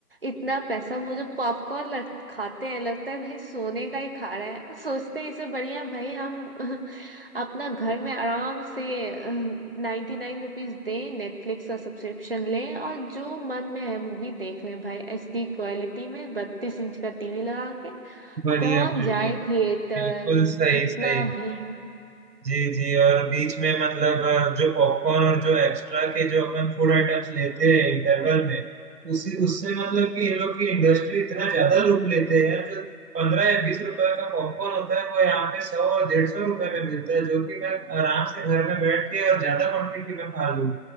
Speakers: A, on the right (about 35°); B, on the right (about 85°).
A: इतना पैसा वो जो पॉपकॉर्न लग खाते हैं लगता है भाई सोने का ही खा रहे हैं सोचते हैं इसे बढ़िया भाई हम <laughs> अपना घर में आराम से नाइन्टी नाइन रुपीज दें नेटफ्लिक्स का सब्सक्रिप्शन लें और जो मन में है मूवी देख लें भाई एचडी क्वालिटी में बत्तीस इंच का टीवी लगा के
B: बढ़िया
A: कौन
B: बढ़िया
A: जाए
B: बिल्कुल
A: थिएटर
B: सही
A: इतना
B: सही
A: भी
B: जी जी और बीच में मतलब अ, जो पॉपकॉर्न और जो एक्स्ट्रा के जो अपन फूड आइटम्स लेते हैं इंटरवल में उसी उससे मतलब कि इन लोग की इंडस्ट्री इतना ज्यादा लूट लेते हैं जो पंद्रह या बीस रुपए का पॉपकॉर्न होता है वो यहाँ पे सौ और डेढ़ सौ रुपए में मिलता है जो कि मैं आराम से घर में बैठ के और ज्यादा क्वांटिटी में खा लूँ